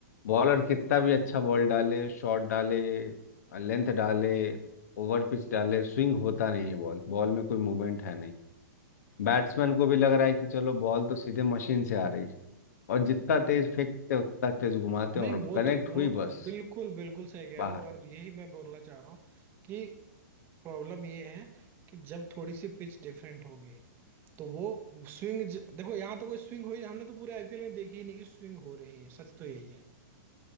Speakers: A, on the left; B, on the right.
A: बॉलर कितना भी अच्छा बॉल डाले शॉट डाले लेंथ डाले ओवर पिच डाले स्विंग होता नहीं है बॉल बॉल में कोई मूवमेंट है नहीं बैट्समैन को भी लग रहा है कि चलो बॉल तो सीधे मशीन से आ रही है और जितना तेज फेंकते हैं, उतना तेज घुमाते
B: नहीं
A: हैं और
B: वो
A: कनेक्ट
B: तो वो
A: हुई बस
B: बिल्कुल बिल्कुल सही कह रहे
A: बाहर
B: हो और यही मैं बोलना चाह रहा हूँ कि प्रॉब्लम ये है कि जब थोड़ी सी पिच डिफरेंट होगी तो वो स्विंग देखो यहाँ तो कोई स्विंग हुई हमने तो पूरे आईपीएल में देखी ही नहीं कि स्विंग हो रही है सच तो यही है